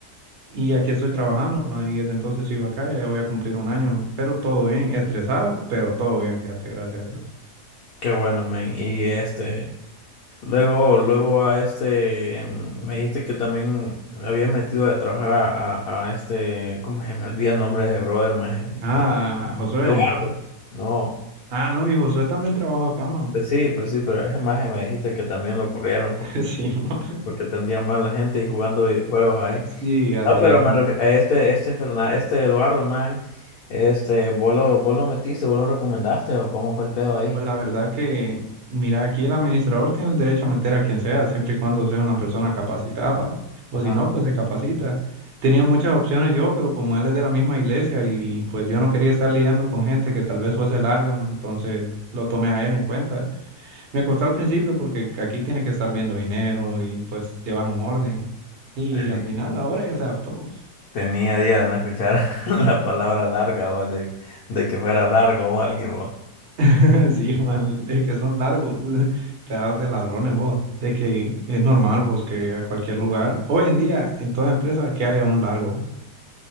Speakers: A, on the right; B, on the left.
A: Y aquí estoy trabajando, man. Y desde entonces sigo acá, ya voy a cumplir un año, man. Pero todo bien, estresado, pero todo bien, fíjate, gracias a Dios.
B: qué bueno, men. Y este, luego, luego a este, mm, me dijiste que también le habías metido a trabajar a, a, a este, ¿cómo se me olvida el nombre de ese brother, maje?
A: Ah,
B: de-
A: Josué.
B: Eduardo. No,
A: Ah, no, mi Josué también trabajó acá, man.
B: pues sí, pues sí, pero ese maje me dijiste que también lo corrieron porque,
A: <laughs> Sí, man.
B: porque atendía mal a la gente y jugando videojuegos
A: Sí, así
B: No, pero
A: es.
B: me refi- a este, este Fernan- este Eduardo, man, este, vos lo, vos lo metiste, vos lo recomendaste, o cómo fue el pedo ahí.
A: Pues La verdad que, mira, aquí el administrador tiene el derecho a meter a quien sea, siempre y cuando sea una persona capacitada, o
B: Ajá.
A: si no, pues se capacita. Tenía muchas opciones yo, pero como él es de la misma iglesia y pues yo no quería estar lidiando con gente que tal vez fuese larga, ma, entonces lo tomé a él en cuenta. Me costó al principio porque aquí tiene que estar viendo dinero y pues llevar un orden. Y
B: Teni-
A: al final, ahora ya se adaptó.
B: Tenía días de no escuchar <laughs> la palabra larga, vos, de, de que fuera largo o alguien, vos.
A: <laughs> Sí, man, es que son largos, <laughs> pedazos de ladrones, vos. Es que es normal, vos, que a cualquier lugar, hoy en día, en toda empresa, que haya un largo, man.